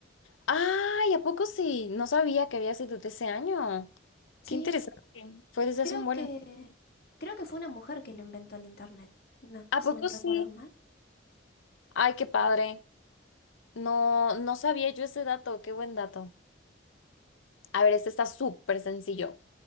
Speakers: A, on the left (about 80°); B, on the left (about 50°).
A: Ay, ¿a poco sí? No sabía que había sido de ese año.
B: Sí,
A: Qué interesante. Fue desde
B: creo
A: hace un buen...
B: que creo que fue una mujer que lo inventó el Internet, me-
A: ¿A
B: si
A: poco
B: no recuerdo
A: sí?
B: mal.
A: Ay, qué padre. No, no sabía yo ese dato. Qué buen dato. A ver, este está súper sencillo.